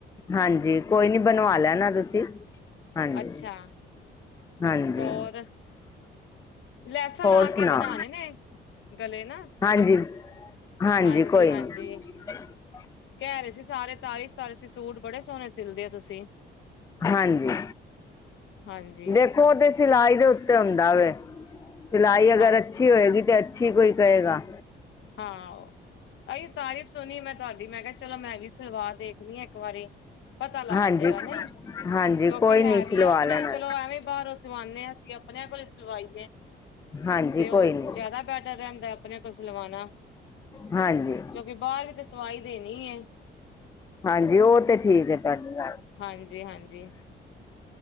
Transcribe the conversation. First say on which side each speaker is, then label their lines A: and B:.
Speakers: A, on the left; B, on the left.
A: ਹਾਂਜੀ ਕੋਈ ਨੀ ਬਣਵਾ
B: ਹਾਂ
A: ਲੈਣਾ ਤੁਸੀ ਹਾਂਜੀ।
B: ਅੱਛਾ
A: ਹਾਂਜੀ
B: ਹੋਰ ਲੈਸਾਂ
A: ਹੋਰ
B: ਲਾ
A: ਸੁਣਾਓ
B: ਕੇ ਬਣਾਣੇ ਨੇ ਗਲੇ ਨਾ
A: ਹਾਂਜੀ ਹਾਂਜੀ
B: ਹਾਂਜੀ-ਹਾਂਜੀ
A: ਕੋਈ <inaudible>
B: ਕੈ ਰਏ ਸੀ ਸਾਰੇ ਤਾਰੀਫ਼ ਕਰ ਰਏ ਸੀ ਸੂਟ ਬੜੇ ਸੋਣੇ ਸਿਲਦੇ ਹੋ ਤੁਸੀ
A: ਹਾਂਜੀ
B: ਹਾਂਜੀ
A: ਦੇਖੋ ਤੇ ਓ ਸਿਲਾਈ ਦੇ ਉੱਤੇ ਹੁੰਦਾ ਵੇ ਸਿਲਾਈ ਅਗਰ
B: ਹਾਂਜੀ
A: ਅੱਛੀ ਹੋਏਗੀ ਤੇ ਅੱਛੀ ਕੋਈ ਕਏ ਗਾ।
B: ਹਾਂ ਏਹੀਓ ਤਾਰੀਫ਼ ਸੁਣੀ ਮੈਂ ਤੁਹਾਡੀ ਮੈਂ ਕਿਆ ਚਲੋ ਮੈਂ ਵੀ ਸਲਵਾ ਦੇਖਣੀ ਆ ਇੱਕ ਵਾਰੀ ਪਤਾ ਲੱਗ
A: ਹਾਂਜੀ
B: ਜਾਏਗਾ ਨਈ ਕਿਉਂਕਿ
A: ਹਾਂਜੀ ਕੋਈ
B: ਹੈ
A: ਨੀ
B: ਵੀ
A: ਸਿਲਵਾ
B: ਅਪਣੇ
A: ਲੈਣਾ
B: ਚਲੋ ਐਵੇਂ ਬਾਰੋਂ ਸਵਾਨੇ ਹਾਂ ਅਸੀਂ ਆਪਣਿਆਂ ਕੋਲ ਹੀ ਸਵਾਈ ਏ।
A: ਹਾਂਜੀ
B: ਤੇ ਓ
A: ਕੋਈ ਨੀ
B: ਜਾਦਾ ਬੈਟਰ ਰੈਂਦਾ ਆਪਣੇ ਕੋਲ ਸਿਲਵਾਣਾ
A: ਹਾਂਜੀ
B: ਕਿਉਂਕਿ ਬਾਰ ਵੀ ਤਾਂ ਸਵਾਈ ਦੇਣੀ ਏ।
A: ਹਾਂਜੀ ਓ ਤੇ ਠੀਕ ਏ ਤੁਹਾਡੀ ਗੱਲ
B: ਹਾਂਜੀ-ਹਾਂਜੀ